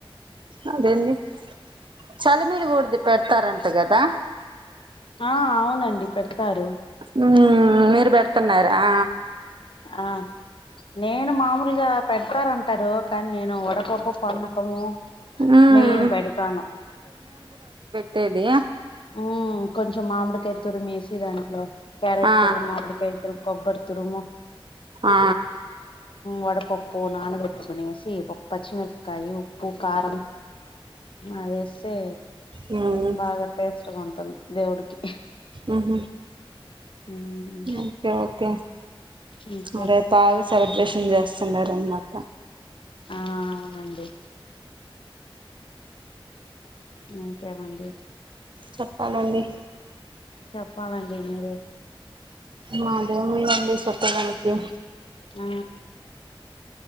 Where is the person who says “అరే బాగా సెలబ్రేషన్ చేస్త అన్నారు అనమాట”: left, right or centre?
Right